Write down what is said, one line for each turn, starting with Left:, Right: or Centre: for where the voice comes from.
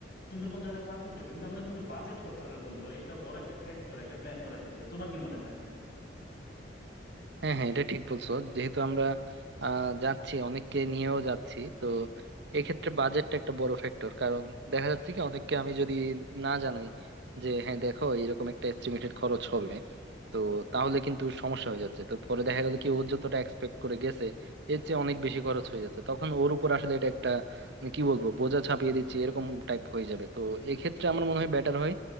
Left: সুন্দরবন জায়গাটা পারফেক্ট হবে কিন্তু আমাদের কিন্তু বাজেট করতে হবে বন্ধু কারণ এটা একটা বড় একটা ফ্যাক্টর একটা প্ল্যান করার ক্ষেত্রে তোমার কি মনে হয়
Right: হ্যাঁ হ্যাঁ এটা ঠিক বলছো যেহেতু আমরা আহ যাচ্ছি অনেককে নিয়েও যাচ্ছি তো এক্ষেত্রে বাজেটটা একটা বড় ফ্যাক্টর কারণ দেখা যাচ্ছে কি অনেককে আমি যদি না জানাই যে হ্যাঁ দেখো এরকম একটা এস্টিমেটেড খরচ হবে তো তাহলে কিন্তু সমস্যা হয়ে যাচ্ছে তো পরে দেখা গেল কি ও যতটা এক্সপেক্ট করে গেছে এর চেয়ে অনেক বেশি খরচ হয়ে যাচ্ছে তখন ওর উপর আসলে এটা একটা মানে কি বলবো বোঝা চাপিয়ে দিচ্ছে এরকম টাইপ হয়ে যাবে তো এক্ষেত্রে আমার মনে হয় বেটার হয়